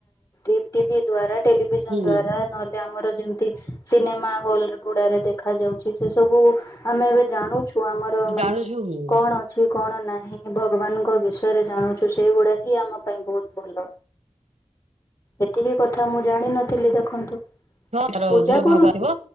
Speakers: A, on the left (about 30°); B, on the right (about 75°).
A: ଏଁ ଟି ଟିଭି ଦ୍ବାରା ଟେଲିଭିଜନ
B: ହୁଁ
A: ଦ୍ଵାରା ନହେଲେ ଆମର ଜ ଯେମତି ସିନେମା ହଲ ଗୁଡାରେ ଦେଖା ଯାଉଛି। ସେ ସବୁ ଆମେ ଏବେ ଜାଣୁଛୁ। କୁ ଆମର ମାନେ
B: ଜାଣୁଛୁ ହୁଁ
A: କଣ ଅଛି କଣ ନାହିଁ। ହୁଁ ଭଗବାନଙ୍କ ବିଷୟରେ ଜାଣୁଛୁ ସେଇ ଗୁଡା ହିଁ ଆମ ପାଇଁ ବହୁତ ଭଲ। ଏତିକି କଥା ମୁଁ ଜାଣିନଥିଲି ଦେଖନ୍ତୁ।
B: ହଁ ତାର
A: ପୂଜା
B: ଦୁତୀୟ
A: କରୁଛି
B: ଭାଗ ଥିବ।